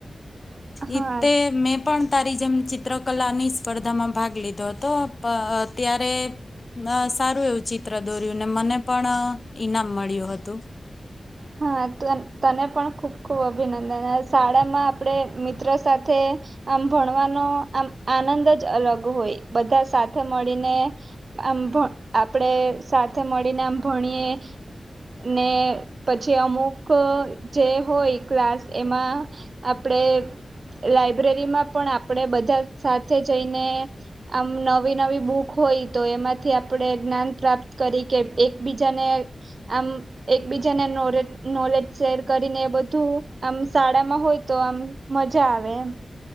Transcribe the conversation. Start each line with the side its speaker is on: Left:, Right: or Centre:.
Right: હા
Left: એતે મેં પણ તારી જેમ ચિત્રકલાની સ્પર્ધામાં ભાગ લીધો હતો ત્યારે સારું એવું ચિત્ર દોર્યું ને મને પણ ઈનામ મળ્યું હતું.
Right: હા તને પણ ખૂબ ખુબ અભિનંદન શાળામાં આપણે મિત્રો સાથે આમ ભણવાનો આમ આનંદ જ અલગ હોય બધા સાથે મળીને આમ આપણેે સાથે મળીને આમ ભણીએ ને પછી અમુક જે હોય ક્લાસ એમાં આપણે લાઈબ્રેરીમાં પણ આપણે બધા સાથે જઈને આમ નવી નવી બુક હોય તો એમાંથી આપણે જ્ઞાન પ્રાપ્ત કરી કે એકબીજાને આમ એક બીજ જાને નોરેત નોલેજ શેર કરીને બધું આમ શાળામાં હોય તો આમ મજા આવે એમ